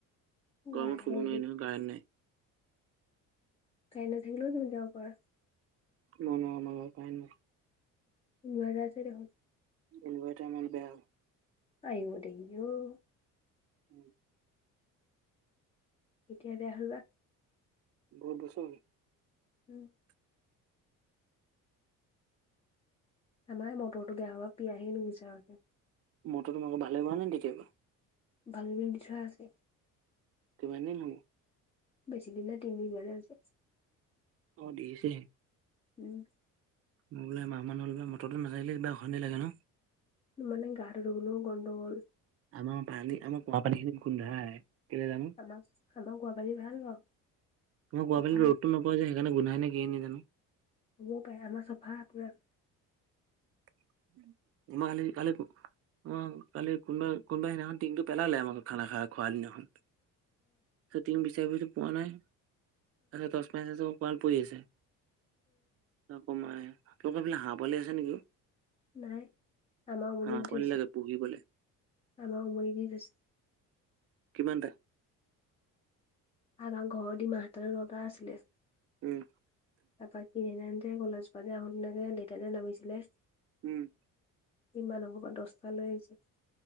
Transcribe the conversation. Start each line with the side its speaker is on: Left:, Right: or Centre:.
Left: ৱাই
Right: গৰমত শুব
Left: হ'ল
Right: নোৱাৰি নহয় কাৰেণ্ট নাই।
Left: কাৰেণ্ট নাথাকিলেও তুমি যাব পৰা।
Right: মই নোৱাৰোঁ আমাৰ ঘৰত কাৰেণ্ট নাই।
Left: ইনভাৰ্টাৰ আছে দেখোন।
Right: ইনভাৰটাৰ আমাৰ বেয়া হল।
Left: আয়ো দেহিঔ।
Right: উম
Left: কেতিয়া বেয়া হ'ল বা।
Right: বহুত বছৰহল
Left: উম, আমাৰ মটৰটো বেয়া হব পিয়াহে নুগুছে আৰু।
Right: মটৰটো মাক ভালে হোৱা নাই তেতিয়াবা।
Left: ভাল বুলি বিষয় আছে।
Right: কিমান দিন হল।
Left: বেছি দিন নাই তিনদিনমান হে হৈছে।
Right: অ' দিছেহে।
Left: উম,
Right: মই বোলে মমাহ মানুহ হ'ল মৰটো নাচাকিলে কিবা অশান্তি লাগে ন।
Left: মানে গা ৰ গলো গণ্ডগোল।
Right: আমাৰ পানী আমাৰ কুঁৱ পানী খিনি গোন্ধাই কেলে জানো।
Left: আমাক আমাৰ কোৱা পানী ভাল বাৰু
Right: তোমাৰ কোৱা
Left: চফা
Right: পানী ৰ'দটো নাপায় যে সেইকাৰণে গোন্ধাই নে কিয়ে নেজানো।
Left: হ'বও পাৰে, আমাৰ চফা পুৰা।
Right: <unintelligible> আমাৰ কালি কোনবা কোনবা সেইদিনাখন টিনটো পেলালে আমাৰ ঘৰত খানা খা খোৱা দিনাখন। তাৰ টিং বিচাৰি ফুৰিছো পোৱা নাই, তাৰপাছত টৰ্চ মাৰি চাইছে কোৱাত পৰি আছে। কমাই তোমালোকৰ ফালে হাঁহ পোৱালি আছে নেকি?
Left: নাই, আমাৰ উমনি
Right: হাঁহ
Left: দি
Right: পোৱালি
Left: দিছে
Right: লাগে পুহিবলে
Left: আমাৰ উমনি দি থৈছে।
Right: কিমান টা
Left: আমাৰ ঘৰৰ দিমা সাতাৱন্নতা আছিলে।
Right: উম।
Left: তাৰাপা কিনােতে কলেজৰ পা যে আহো তেনেকে দেউতা নামিছিলে।
Right: উম।
Left: ইমান হব পৰা দছটা লৈ আহিছে।